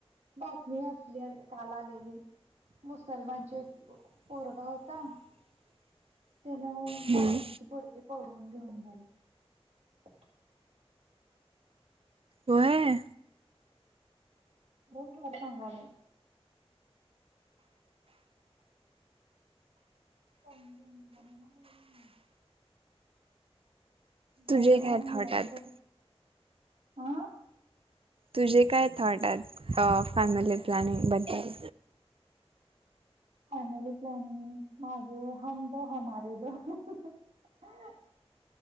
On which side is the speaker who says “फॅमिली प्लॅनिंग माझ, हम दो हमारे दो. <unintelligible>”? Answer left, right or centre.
Right